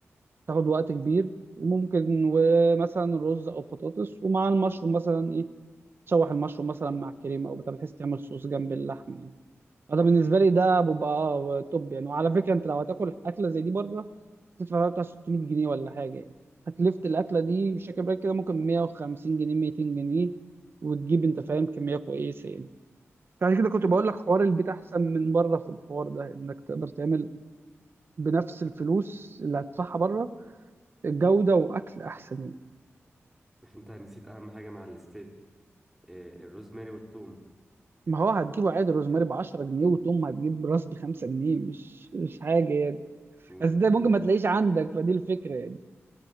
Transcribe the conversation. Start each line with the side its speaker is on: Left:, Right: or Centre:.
Right: تاخد وقت كبير وممكن ومثلا رز أو بطاطس ومع المشروم مثلا إيه تشوح المشروم مثلا مع الكريمة أو بتاع بحيث تعمل صوص جنب اللحم يعني انا بالنسبه لي ده بيبقى اه توب يعني وعلى فكره انت لو هتاكل اكله زي دي بره تدفع فيها بتاع 600 جنيه ولا حاجه يعني تكلفه الاكله دي مش فاكر بالك كده ممكن 150 جنيه 200 جنيه وتجيب انت فاهم كميه كويسه يعني فعشان كده كنت بقول لك حوار البيت احسن من بره في الحوار ده انك تقدر تعمل بنفس الفلوس اللي هتدفعها بره جوده واكل احسن يعني
Centre: بس انت نسيت اهم حاجه مع الستيك إيه، الروزماري والثوم
Right: ما هو هتجيبه عادي روزماري ب 10 جنيه وتوم هتجيب راس ب 5 جنيه مش مش حاجه يعني
Centre: مم،
Right: بس ده
Centre: مم،
Right: ممكن ما تلاقيش عندك فدي الفكره يعني